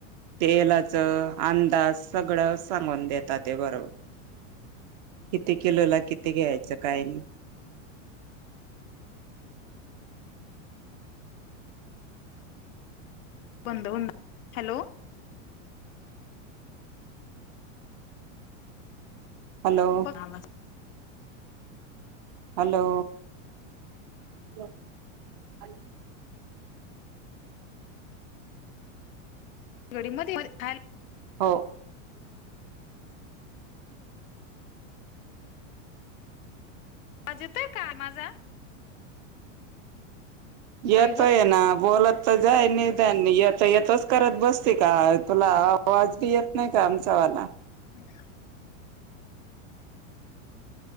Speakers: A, on the right; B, on the left.
A: तेलाच अंदाज सगळं सांगून देतात ते बरोबर किती किलो ला किती घ्यायचं काय
B: बंद हो हॅलो
A: हॅलो
B: बरोबर.
A: हॅलो <inaudible>
B: घडी मध्ये हॅ
A: हो
B: आवाज येतय का माझा?
A: येतोय
B: बाई ग
A: आहे ना बोला ता जाय नि येतो, येतोच करत बसते का तुला आवाज बी येत नाही का आमचा वाला
B: हम्.